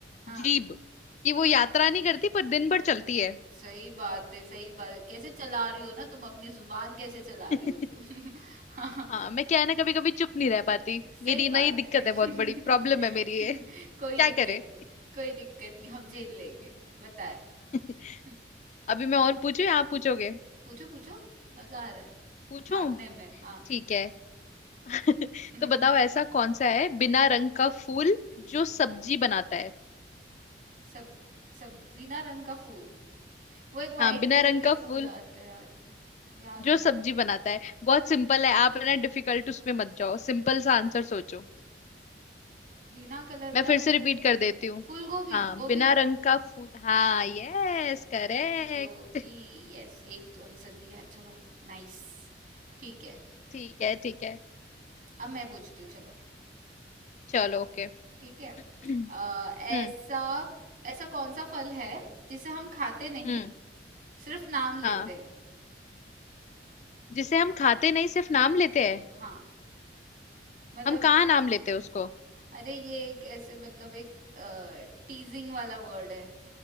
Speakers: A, on the right; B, on the left.
A: हाँ
B: जीभ कि वो यात्रा नहीं करती पर दिन भर चलती है
A: सही बात है सही बात है कैसे चला रही हो ना तुम अपनी जुबान कैसे चला
B: <laughs>
A: रही हो तुम <laughs> हाँ,
B: हाँ मैं क्या है ना कभी कभी चुप नहीं रह पाती
A: सही
B: मेरी ना
A: बात
B: ये दिक्कत
A: है <laughs>
B: है बहुत बड़ी प्रॉब्लम है मेरी ये <laughs>
A: कोई
B: क्या
A: दिक्कत
B: करे
A: नहीं कोई दिक्कत नहीं हम झेल लेंगे बताए
B: <laughs>
A: <laughs>
B: अभी मैं और पूछूं या आप पूछोगे
A: पूछो पूछो मजा आ रहा है
B: पूछूं
A: हारने में हाँ
B: ठीक है <laughs>
A: <laughs>
B: तो बताओ ऐसा कौन सा है बिना रंग का फूल जो सब्जी बनाता है
A: सब सब बिना रंग का फूल वो एक
B: हाँ
A: वाइट
B: बिना
A: कलर
B: रंग का
A: के
B: फूल
A: फूल आते हैं याद याद
B: जो
A: नहीं
B: सब्जी
A: आ रहा
B: बनाता है बहुत सिंपल है आप है ना डिफिकल्ट उसमें मत जाओ सिंपल सा आंसर सोचो
A: बिना कलर
B: मैं फिर
A: का
B: से
A: फूल
B: रिपीट कर देती हूँ
A: फूल गोभी
B: हाँ
A: गोभी
B: बिना रंग का फूल हाँ यस करेक्ट
A: गोभी यस एक तो आंसर दिया चलो नाइस ठीक है
B: <laughs> ठीक है ठीक है
A: अब मैं पूछती हूँ चलो
B: चलो ओके <clears throat>
A: ठीक है
B: हम्म
A: अ, ऐसा ऐसा कौन सा फल है जिसे हम खाते नहीं
B: हम्म
A: सिर्फ नाम
B: हाँ
A: लेते हैं
B: जिसे हम खाते नहीं सिर्फ नाम लेते हैं
A: हाँ मतलब
B: हम कहाँ नाम लेते हैं उसको
A: अरे ये एक ऐसे मतलब एक टीजिंग वाला वर्ड है